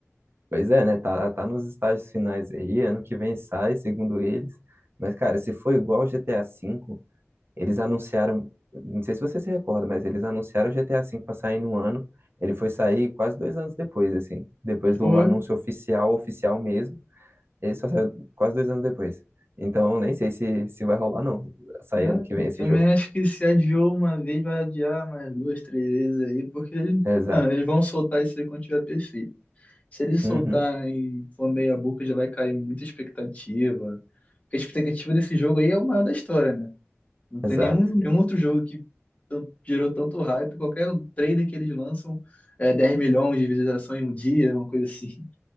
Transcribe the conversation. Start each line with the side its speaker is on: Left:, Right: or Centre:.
Right: Pois é, né? Tá, tá nos estágios finais aí. Ano que vem sai, segundo eles. Mas, cara, se for igual ao GTA V. Eles anunciaram, não sei se você se recorda, mas eles anunciaram o GTA V para sair no ano. Ele foi sair quase dois anos depois, assim. Depois do
Left: Pô,
Right: anúncio oficial, oficial mesmo. Ele só saiu quase dois anos depois. Então, nem sei se, se vai rolar, não. Sair
Left: é,
Right: ano que vem esse
Left: também
Right: jogo.
Left: acho que se adiou uma vez, vai adiar mais duas, três vezes aí, porque
Right: Exato.
Left: mano, eles vão soltar isso aí quando tiver PC. Se eles soltarem
Right: Uhum,
Left: for meia boca, já vai cair muita expectativa. Porque a expectativa desse jogo aí é o maior da história, né? Não tem
Right: exato.
Left: nenhum, nenhum outro jogo que tan- gerou tanto hype. Qualquer trailer que eles lançam é 10 milhões de visualizações em um dia, uma coisa assim. <laughs>